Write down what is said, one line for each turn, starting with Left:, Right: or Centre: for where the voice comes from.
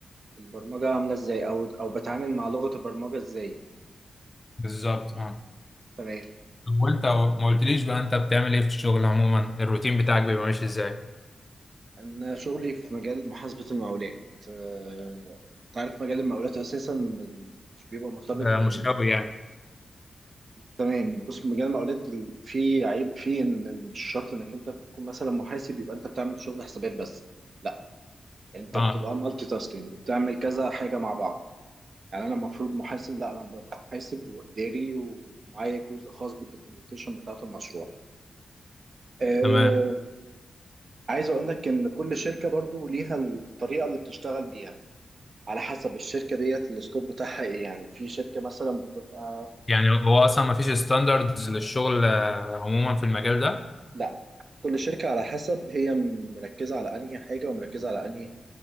Right: البرمجة عاملة ازاي او او بتعامل مع لغة البرمجة ازاي
Left: بالظبط اه
Right: تمام
Left: طب وانت ما قلتليش بقى انت بتعمل ايه في الشغل عموما الروتين بتاعك بيبقى ماشي ازاي
Right: أنا شغلي في مجال محاسبة المقاولات آه، تعرف مجال المقاولات أساسا مش بيبقى مرتبط
Left: آه
Right: بين
Left: مش قوي يعني
Right: تمام بص مجال المقاولات ال- فيه عيب فيه إن مش شرط إنك أنت تكون مثلا محاسب يبقى أنت بتعمل شغل حسابات بس لا أنت
Left: اه
Right: بتبقى مالتي تاسكينج بتعمل كذا حاجة مع بعض يعني أنا المفروض محاسب لا أنا ببقى محاسب وإداري ومعايا جزء خاص بالدوكيومنتيشن بتاعة المشروع آه،
Left: تمام
Right: عايز أقول لك إن كل شركة برضو ليها الطريقة اللي بتشتغل بيها على حسب الشركة ديت السكوب بتاعها ايه يعني في شركة مثلا بتبقى
Left: يعني هو اصلا ما فيش ستاندردز للشغل آه، عموما في المجال ده
Right: لا كل شركة على حسب هي مركزة على انهي حاجة ومركزة على انهي